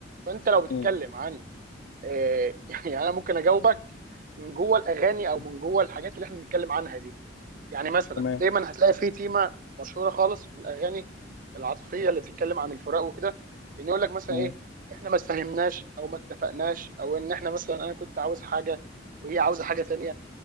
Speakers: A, on the right (about 45°); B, on the left (about 65°).
A: فانت لو بتتكلم
B: مم.
A: عن آه <laughs> يعني انا ممكن اجاوبك من جوه الاغاني
B: مم.
A: او من جوه الحاجات اللي احنا بنتكلم عنها دي يعني مثلا
B: تمام
A: دايما هتلاقي في تيمه مشهوره خالص في الاغاني العاطفيه اللي بتتكلم عن الفراق وكده ان يقول لك مثلا
B: مم.
A: ايه احنا ما اتفهمناش او ما اتفقناش او ان احنا مثلا انا كنت عاوز حاجه وهي عاوزه حاجه تانية